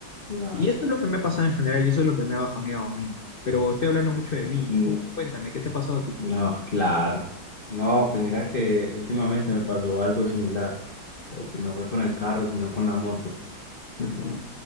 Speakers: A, on the left (about 30°); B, on the left (about 55°).
A: la-
B: Y eso es lo que me ha pasado en general y eso es lo que me ha bajoneado, amigo. Pero estoy hablando mucho de mí.
A: no.
B: Tú cuéntame, ¿qué te ha pasado a ti?
A: No, claro. No, pues mira que últimamente me pasó algo similar, pero pues no fue con el carro, sino con la moto.
B: Ujú.